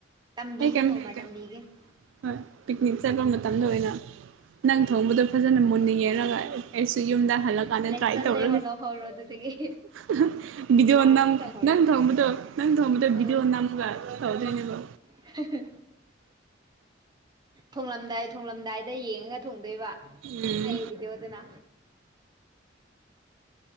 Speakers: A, on the right; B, on the right.
A: ꯇꯝꯕꯤꯒꯦ
B: ꯑꯩ ꯀꯩꯝ ꯍꯩꯇꯦ
A: <unintelligible>
B: ꯍꯣꯏ ꯄꯤꯛꯅꯤꯛ ꯆꯠꯄ ꯃꯇꯝꯗ ꯑꯣꯏꯅ ꯅꯪ ꯊꯣꯡꯕꯗꯣ ꯐꯖꯅ ꯃꯨꯟ ꯌꯦꯡ ꯍꯥꯏꯔꯒ ꯑꯩꯁꯨ ꯌꯨꯝꯗ ꯍꯜꯂꯛꯀꯥꯟꯗ
A: ꯂꯦꯁꯟ
B: ꯇ꯭ꯔꯥꯏ ꯇꯧꯔꯒꯦ
A: ꯂꯩꯍꯧ ꯂꯧꯍꯧꯔꯣ
B: <unintelligible>
A: ꯑꯗꯨꯗꯒꯤ
B: ꯕꯤꯗꯤꯑꯣ
A: ꯂꯥꯔꯟ
B: ꯅꯪ
A: ꯇꯧꯍꯧꯔꯣ
B: ꯅꯪꯊꯣꯡꯕꯗꯣ ꯅꯪ ꯊꯣꯡꯕꯗꯣ
A: ꯎꯝ
B: ꯕꯤꯗꯤꯑꯣ ꯅꯝꯃꯒ ꯇꯧꯗꯣꯏꯅꯦꯕꯣ
A: <unintelligible> ꯊꯣꯡꯂꯝꯗꯥꯏ ꯊꯣꯡꯂꯝꯗꯥꯏꯗ ꯌꯦꯡꯉꯒ ꯊꯣꯡꯗꫭꯏꯕ
B: ꯎꯝ
A: ꯑꯩ ꯕꯤꯗꯤꯑꯣꯗꯅ